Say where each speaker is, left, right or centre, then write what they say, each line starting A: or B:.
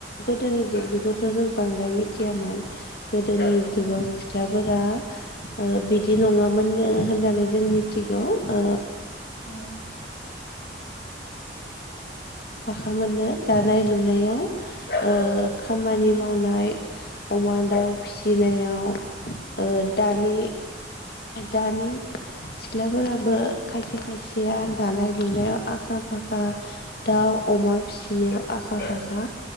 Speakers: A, on the left; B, on the left.
A: गोदोनि जुगनिखौथ' जों बांद्राय मिथियामोन । गोदोनि
B: औ
A: जुगाव सिख्लाफोरा । ओ बिदि नङामोननो होननानै जों मिथिगौ ओ
B: औ
A: <unintelligible> फाम मोननो दानाय लुनायाव ओ खामानि
B: बुंनो
A: मावनाय अमा दाउ फिसिनायाव ओ दानि दानि सिख्लाफोराबो खायसे खायसेया दानाय लुनायाव आखा फाखा दाउ अमा फिसिनायाव आखा फाखा